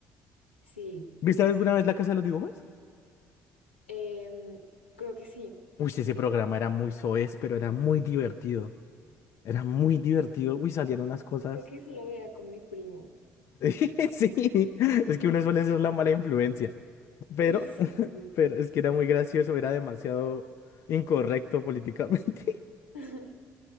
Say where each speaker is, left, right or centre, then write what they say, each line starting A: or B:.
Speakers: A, on the left; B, on the left.
A: sí,
B: ¿Viste
A: sí,
B: alguna
A: sí.
B: vez la casa de los dibujos?
A: Em, creo que sí,
B: Uy, ese programa era muy soez, pero era muy divertido. Era muy divertido. Uy, salían unas cosas.
A: creo que se lo veía con mi primo.
B: <laughs> Sí, es que uno suele ser la mala influencia. Pero
A: <laughs> Sí,
B: Pero
A: sí.
B: es que era muy gracioso, era demasiado incorrecto políticamente.
A: sí. <laughs>